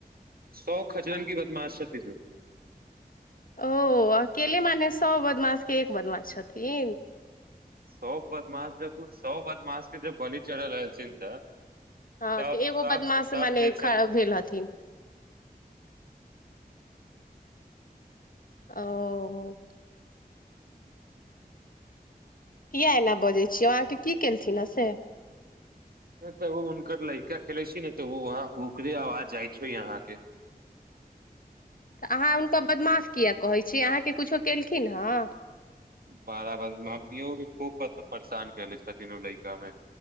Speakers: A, on the right; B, on the left.
A: सौ खजरन की बदमाश छथिे
B: ओ अकेले मने सो बदमाशके एक बदमाास छथिन
A: सब बदमाश जब सभ बदमाश के जब बलि चढ़ल रहलथिन तऽ
B: हँ
A: तब
B: तऽ एगो
A: तब
B: बदमाश
A: तब
B: मने
A: भेल छथिन
B: ख भेल हथिन ओ किया एना बजैत छियै अहाँकेँ की केलथिन हेँ से
A: तऽ हुनकर लड़का खेलै छै ने तऽ वहाँ ओकरे आवाज जाइ छै यहाँके
B: तऽ अहाँ हुनकर बदमाश किएक कहैत छी अहाँके किछो केलखिन हेँ
A: बारा बर मम्मियों भी खूब परेशान कले छथिन ओ लैका मे